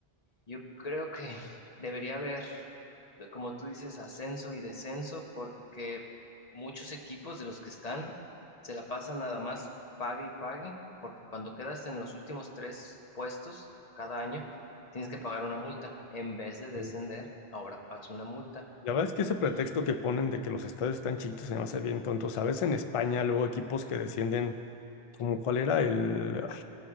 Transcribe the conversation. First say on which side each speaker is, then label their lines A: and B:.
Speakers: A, on the left; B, on the left.
A: yo creo que <laughs> debería haber, de- como tú dices, ascenso y descenso porque muchos equipos de los que están se la pasan nada más pague y pague, porque cuando quedas en los últimos tres puestos cada año, tienes que pagar una multa. En vez de descender,
B: sí.
A: ahora pagas una multa.
B: la verdad es que ese pretexto
A: Y,
B: que ponen de que los estadios están chiquitos se me hace bien tonto. ¿Sabes? En España, luego equipos que descienden, como cuál era el. ah,